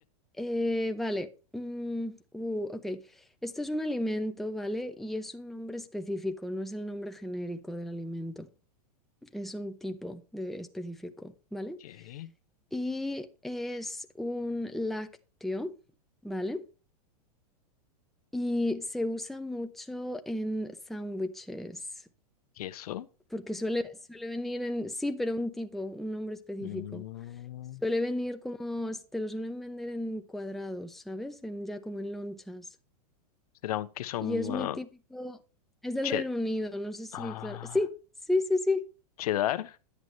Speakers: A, in the centre; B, on the left.
A: eh, vale. Mm, uh, ok, esto es un alimento, ¿vale? Y es un nombre específico, no es el nombre genérico del alimento, es un tipo de específico, ¿vale?
B: Ok.
A: Y es un lácteo, ¿vale? Y se usa mucho en sándwiches.
B: Queso.
A: Porque suele, suele venir en, sí, pero un tipo, un nombre específico.
B: Mm,
A: Suele venir como, te lo suelen vender en cuadrados, ¿sabes? En, ya como en lonchas.
B: ¿será un queso
A: Y
B: mm,
A: es muy
B: ah,
A: típico, es del
B: che-
A: Reino Unido, no sé si,
B: ah,
A: claro. Sí, sí, sí, sí,
B: cheddar?